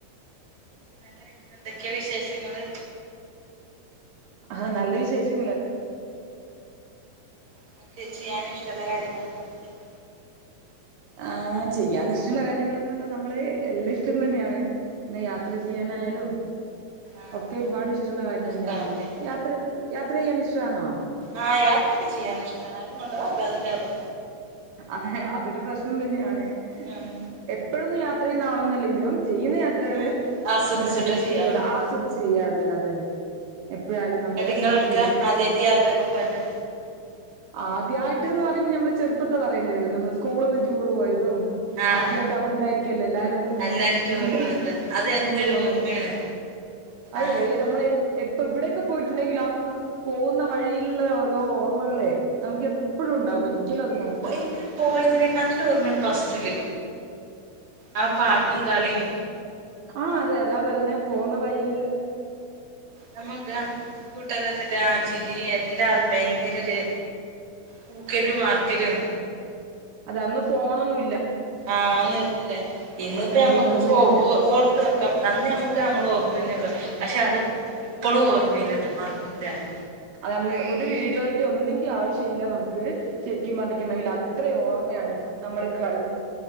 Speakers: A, on the right; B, on the right.
A: എന്നട്ട് എന്തക്കെയാ വിശേഷങ്ങള്?
B: ആഹ് നല്ല വിശേഷങ്ങള്
A: നിങ്ങക്ക് ചെയ്യാൻ ഇഷ്ടോള്ള കാര്യങ്ങള് എന്ത? <unintelligible>
B: ആഹ് ചെയ്യാൻ ഇഷ്ടുള്ള കാര്യങ്ങളെന്നറഞ്ഞാ നമ്മള് എല്ലാ ഇഷ്ടം തന്നെയാണ്. ന്നെ യാത്ര
A: ആഹ്
B: ചെയ്യാനായാലും
A: ആഹ്
B: ഒക്കെ ഒരുപാട് ഇഷ്ടോള്ള കാര്യം
A: ഇഷ്ടാണല്ലേ
B: തന്നെയാണ്. യാത്ര യാത്ര ചെയ്യാൻ ഇഷ്ടാണോ?
A: ആഹ് യാത്രെക്കെ ചെയ്യാനിഷ്ടാണ്. ആരും കൊണ്ടോവാനില്ലാതിന്റെഒള്ളു
B: അഹ് അതൊരു പ്രശ്നം തന്നെയാണ്
A: ആഹ്
B: എപ്പ് പ്പഴൊന്നും യാത്ര ചെയ്യുന്ന ആളൊന്നല്ലെങ്കിലും ചെയ്യുന്ന യാത്രകൾ
A: ആഹ് ആസ്വദിച്ചിട്ടേ
B: എന്താ പറയാ ഇഷ്ടത്തോടെ
A: ചെയ്യാറുള്ളൂ
B: ആസ്വദിച്ച് ചെയ്യാറുണ്ട്. അതന്നെ എപ്പോഴായാലും നമ്മള്
A: എന്നിട്ട് ഇങ്ങള് എവിടുക്ക
B: പിന്നെ
A: ആദ്യായിട്ട് യാത്രയൊക്കെ പോയത്.
B: ആദ്യായിട്ട്ന്ന് പറയുമ്പോ ഞമ്മള് ചെറുപ്പത്തെ പറയേണ്ടി വരും. നമ്മള് സ്കൂള്ന്ന് റ്റൂറ് പോയതും
A: ആഹ്
B: ആദ്യട്ട് അവിടുന്നാരിക്കല്ലോ എല്ലാ
A: എല്ലാരും ടൂറ്
B: വീട്ടുന്ന്
A: പോണത് അത് എന്നൊരു
B: ടൂറ് പോവുന്നത്.
A: ഓർമ്മയാണ്
B: അതെ
A: ആഹ്
B: ഈ നമ്മളെ എപ്പ എവിടൊക്കെ പോയിട്ടുണ്ടെങ്കിലും ആ പോവുന്ന വഴിയിലുള്ള ഓരോ ഓർമ്മകളേ നമുക്ക് എപ്പഴും ഉണ്ടാവും ഒരിക്കലും അത് മറ
A: എനിയ്ക്ക് പോ യതിനെക്കാട്ടില് ഓർമ്മ്യാണ് ബസ്സില്. ആ പാട്ടും കളീം
B: ആ അതെ അതെ. അതാ പറണേ പോന്ന വഴിയില്ള്ള
A: നമുക്ക ആ കൂട്ടരോത്ത്ട്ടാ ആ ചിരിയും എല്ലാതും ഭയങ്കര ഒര് കൂക്കലും ആർക്കലും
B: അത് അന്ന് ഫോണൊന്നും
A: ആ നിർത്തലേ ഇന്നിപ്പോ
B: വെക്കണെങ്കിൽ
A: ഞമ്മക്ക്
B: ഒന്നിനുല്ല
A: ഫോ ഓ ഓർത്ത് വെക്കാം അന്ന് ഞമ്മക്ക് ഞമ്മള ഓർമ്മ ന്നേള്ളൂ. പക്ഷേ അത് ഇപ്പളും ഓർമ്മയിലുണ്ട് മറക്കൂല്ലത്
B: അതന്ന് ഒരു വീഡിയോന്റേം ഒന്നിന്റിം ആവശ്യം ഇല്ല നമുക്ക് ശരിക്കും പറഞ്ഞിട്ടുണെങ്കിൽ അത്ര ഓർമ്മയാണ് നമ്മള് കളി